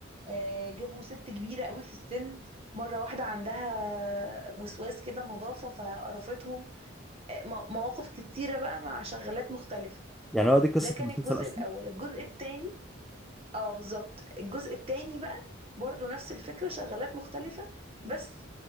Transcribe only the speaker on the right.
آه جابوا ست كبيرة قوي في السن مرة واحدة عندها وسواس كده نظافة فقرفتهم آه، م- مواقف كتيرة بقى مع شغالات مختلفة
ده كان
الجزء
الأول الجزء التاني اه بالظبط الجزء التاني بقى برضو نفس الفكرة شغالات مختلفة بس